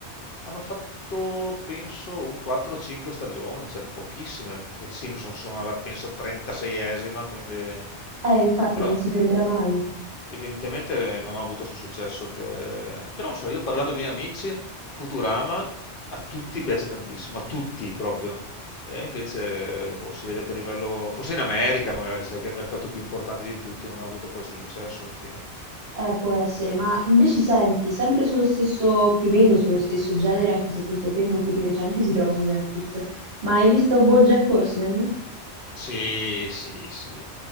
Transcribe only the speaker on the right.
Eh, infatti
non si fermerà mai.
Eh, può essere, ma invece senti, sempre sullo stesso, più o meno sullo stesso genere, anche se questo qui è molto più recente, si trova su Netflix. Ma hai visto BoJack Horseman?